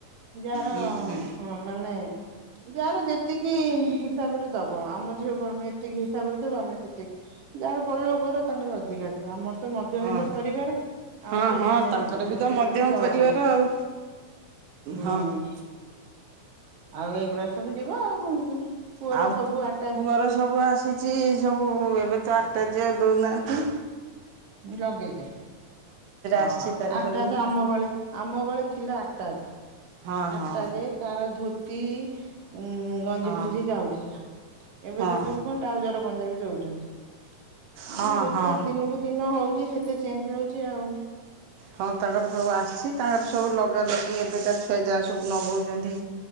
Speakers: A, on the right; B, on the right.
A: ଯାହାର
B: ହୁଁ
A: ହଁ
B: ହୁଁ
A: ମାନେ ଯାହାର ଯେତିକି ହିସାବରେ ଦବ ଆମ ଝିଅକୁ ଆମେ ଏତିକି ହିସାବରେ ଦେବୁ ଆମେ ସେତିକି। ଯାହାର ବଡ ଲୋକ ଘର ତାଙ୍କର ଅଧିକା ଦେବେ ଆମର ତ ମଧ୍ୟବିତ୍ତ
B: ହଁ
A: ପରିବାର ଆମର
B: ହଁ ହଁ
A: ଏତେ
B: ତାଙ୍କର
A: ନୁହଁ ଆମର
B: ବି ତ
A: ଯେତିକି
B: ମଧ୍ୟମ
A: ଚଳଣିୟ।
B: ପରିବାର ଆଉ
A: ହୁଁ
B: ହଁ
A: ଆଉ ଏଇଗୁରା ସବୁ ଯିବା ଆଉ କଣ ଯିବ। ପୁଅର
B: ଆଉ
A: ସବୁ ଆ
B: ପୁଅର ସବୁ ଆସିଚି ସବୁ ଏବେ ତ ଆଟାଜି ଆଉ ଦୋଉନାହାନ୍ତି।
A: ଲଗେଇଦେ ହଁ
B: ଆସିଛି ତାର
A: ଆଟାଜ
B: ସବୁ
A: ଆମ ବେଳେ ଆମ ବେଳେ ଥିଲା ଆଟା ଜ
B: ହଁ ହଁ
A: ଆଟାଜେ କାହାର ଧୋତି ଉଁ ଗଞ୍ଜି
B: ହଁ।
A: ଫଞ୍ଜି ଯାଉଥିଲା ଏବେ
B: ହଁ
A: ତ ସବୁ କଣ ଟାଉଜର ପଞ୍ଜାବି ଦୋଉଚନ୍ତି।
B: ହଁ
A: ଆଉ ଯେତେ
B: ହଁ
A: ଦିନକୁ ଦିନ ହୋଉଚି ସେତେ ଚେଞ୍ଜ ହୋଉଚି ଆଉ।
B: ହଁ ତାଙ୍କର ସବୁ ଆସିଚି ତାଙ୍କର ସବୁ ଲଗା ଲଗି ଏବେକା ଛୁଆ ଯାହା ସବୁ ନଗୋଉଚନ୍ତି।